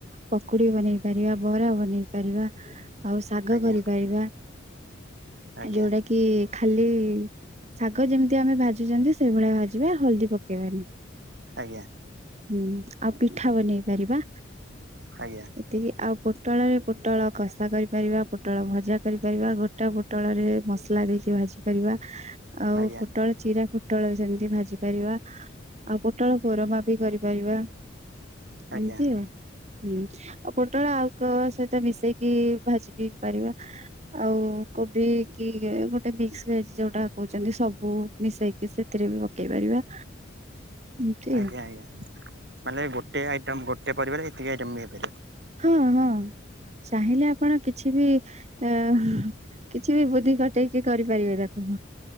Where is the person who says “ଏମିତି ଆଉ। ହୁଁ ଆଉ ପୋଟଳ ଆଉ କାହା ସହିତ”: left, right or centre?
Right